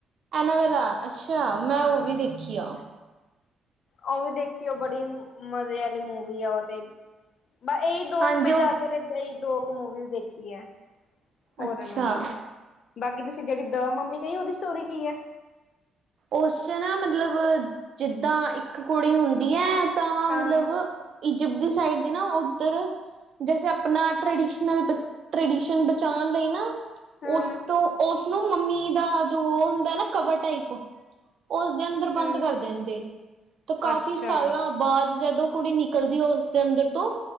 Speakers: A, on the right; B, on the left.
A: ਐਨਾਵਰਾ, ਅੱਛਾ! ਮੈਂ
B: ਹਾਂ।
A: ਉਹ ਵੀ ਦੇਖੀ ਆ।
B: ਉਹ ਵੀ ਦੇਖੀ ਐ ਬੜੀ ਮ-ਮਜ਼ੇ ਵਾਲੀ ਮੂਵੀ ਆ ਉਹ ਤੇ। ਬ-ਅ ਇਹੀ ਦੋ
A: ਹਾਂਜੀ
B: ਕੁ ਮੈਂ
A: ਉਹ
B: ਜ਼ਿਆਦਾਤਰ ਦੁਈ ਦੋ ਕੁ ਮੂਵੀਜ਼ ਦੇਖੀ ਐ ਹੋਰਰ
A: ਅੱਛਾ
B: ਆਲੀ। ਬਾਕੀ ਤੁਸੀਂ ਜਿਹੜੀ ਦ- ਮੰਮੀ ਕਹੀ ਆ, ਉਹਦੀ ਸਟੋਰੀ ਕੀ ਐ?
A: ਉਸ਼ ਚ ਨਾ ਮਤਲਬ- ਜਿੱਦਾਂ ਇੱਕ ਕੁੜੀ ਹੁੰਦੀ ਐਂ ਤਾਂ
B: ਹਾਂ
A: ਮਤਲਬ ਇਜਿਪਟ ਦੀ ਸਾਇਡ ਦੇ ਨਾ ਉੱਧਰ ਜੈਸੇ ਆਪਣਾ ਟ੍ਰਡੀਸ਼ਨਲ ਟ੍ਰ-ਟ੍ਰਡੀਸ਼ਨ ਬਚਾਣ ਲਈ ਨਾ
B: ਹੂੰ
A: ਉਸ ਤੋਂ, ਉਸਨੂੰ ਮੰਮੀ ਦਾ ਜੋ ਉਹ ਹੁੰਦਾ ਨਾ ਕਵਰ ਟਾਈਪ ਉਸਦੇ ਅੰਦਰ ਬੰਦ
B: ਹੂੰ
A: ਕਰ ਦਿੰਦੇ ਤੇ ਕਾਫੀ
B: ਅੱਛਾ
A: ਸਾਲਾਂ ਬਾਅਦ ਜਦੋਂ ਕੁੜੀ ਨਿ ਕਲਦੀ ਹੈ ਉਸਦੇ ਅੰਦਰ ਤੋਂ,